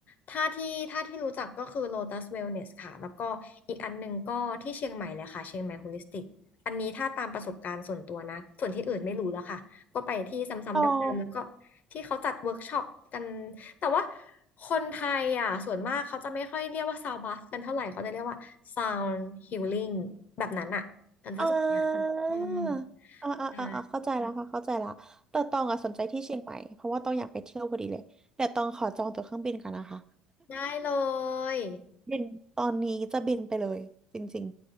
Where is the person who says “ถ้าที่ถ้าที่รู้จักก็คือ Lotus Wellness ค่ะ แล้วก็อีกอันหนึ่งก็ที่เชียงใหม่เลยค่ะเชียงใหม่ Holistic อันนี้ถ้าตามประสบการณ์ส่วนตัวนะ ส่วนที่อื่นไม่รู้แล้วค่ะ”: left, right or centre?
Left